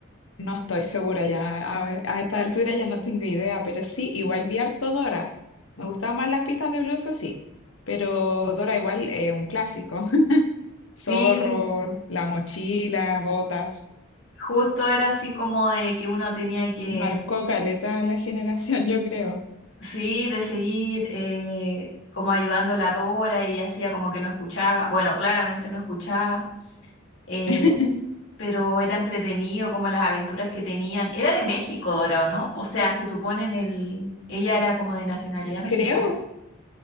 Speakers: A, on the left; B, on the left.
A: No estoy segura ya, a, a esta altura ya no tengo idea, pero sí, igual vi harto Dora. Me gustaban más las pistas de Blue, eso sí, pero Dora igual es un clásico. <laughs>
B: Sí,
A: Zorro, la mochila, botas.
B: justo era así como de que uno tenía que,
A: Marcó caleta a la generación, yo creo.
B: sí, de seguir eh, como ayudando a la Dora y hacía como que no escuchaba, bueno, claramente no escuchaba, eh,
A: <laughs>
B: pero era entretenido como las aventuras que tenían. Era de México, Dora, ¿o no? O sea, se supone en el, ella era como de nacionalidad mexicana.
A: Creo,